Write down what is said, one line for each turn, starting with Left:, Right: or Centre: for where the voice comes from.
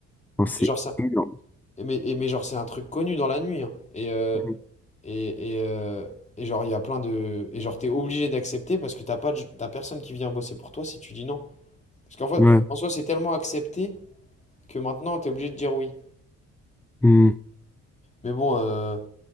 Centre: Enfin, c'est
Left: Et genre, ça,
Centre: énorme.
Left: et mais, et mais genre, c'est un truc connu dans la nuit, hein. Et, euh,
Centre: Mm.
Left: et, et, euh, et genre, il y a plein de. Et genre, t'es obligé d'accepter parce que t'as pas de- t'as personne qui vient bosser pour toi si tu dis non. Parce qu'en fait,
Centre: Ouais.
Left: en soi, c'est tellement accepté. que maintenant t'es obligé de dire oui.
Centre: Mm.
Left: Mais bon, euh,